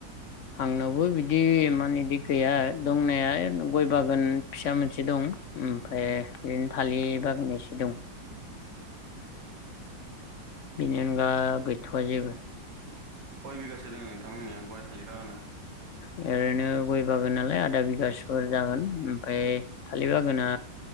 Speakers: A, on the left (about 65°); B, on the right (about 65°).
A: आंनावबो बिदि माने दि गैया दंनाया गय बागान फिसा मोनसे दं ओमफाय ओरैनो थालिर बागान एसे दं, बेनि अनगा गै गैथ'वआ जेबो।
B: खय बिगासो दङ नोंथांमोननिया गय थालिर बागाना?
A: ओरैनो गय बागान नालाय आधा बिगाासोफोर जागोन ओमफाय थालिर बागाना